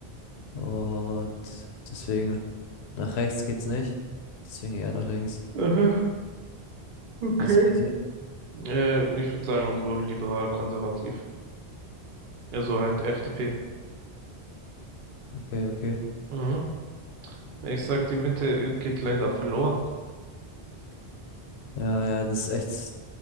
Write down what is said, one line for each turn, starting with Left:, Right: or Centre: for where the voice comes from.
Left: Und deswegen nach rechts geht's nicht. Deswegen eher nach links.
Right: Aha, okay.
Left: Wie ist es bei dir?
Right: Äh, ich würde sagen, so liberal-konservativ. Ja so halt FDP.
Left: Okay, okay.
Right: Mhm. Ich sag, die Mitte geht leider verloren.
Left: Ja, ja, das ist echt s-